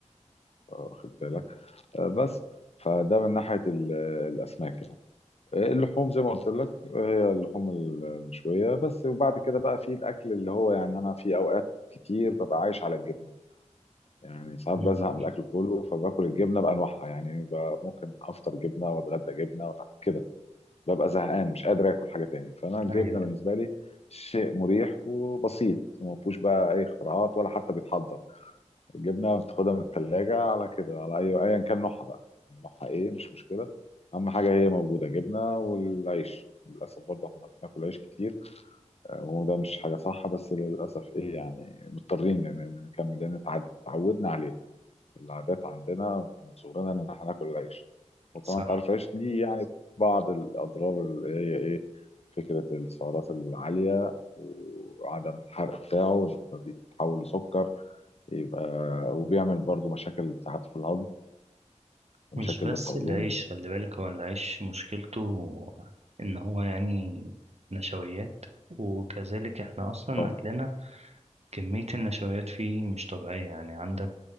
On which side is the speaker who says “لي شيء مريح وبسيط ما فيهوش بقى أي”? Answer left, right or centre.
Left